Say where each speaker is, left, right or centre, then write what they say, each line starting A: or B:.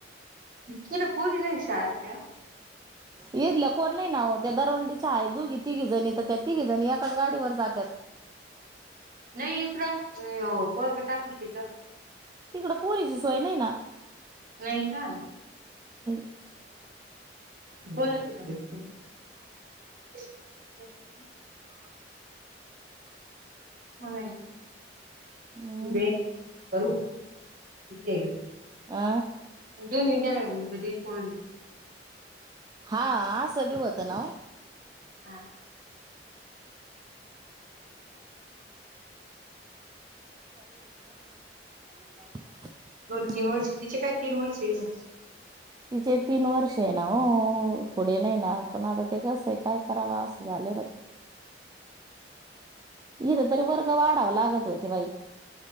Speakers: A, on the right; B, on the right.
A: कुठ पोरी ला शाळा असत्या.
B: येेतलं कोण नाही ना हो त्या दरवंडीच्या आहे दोघी तिघी जणी तर त्या तिघी जणी एकाच गाडीवर जात्यात.
A: नाही इकड यो. पोरग टाकलतीत ग.
B: तिकडं पोरीची सोय नाही ना.
A: नाही का.
B: च् <inaudible>
A: बोलाचील काहीतरी <unintelligible> नाही.
B: ह हा तू ब <unintelligible>
A: थँक्यू.
B: हम्म.
A: दे करू इथे ये ग.
B: आ
A: दोनी गेल्या मग घरी कोण.
B: हा आस बी होत ना ओ.
A: हा.
B: <inaudible> <inaudible>
A: युनिव्हर्सिटीचे काय तीन वर्ष एकदम.
B: तिचे तीन वर्ष आहे, ना हो थोडे नाही ना पण आता ते कसं आहे, काय कराव असं झालंय बा. इथ तरी वर्ग वाढाव लागत होते बाई.